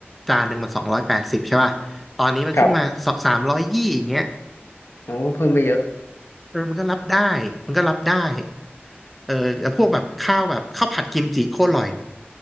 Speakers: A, in the centre; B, on the left.
A: จานหนึ่งมันสองร้อยแปดสิบใช่ป่ะตอนนี้มันขึ้นมาสามร้อยยี่อย่างเงี้ย
B: ครับโอ้ก็เพิ่มไปเยอะ
A: เออมันก็รับได้มันก็รับได้เออแล้วพวกแบบข้าวแบบข้าวผัดกิมจิโคตรอร่อย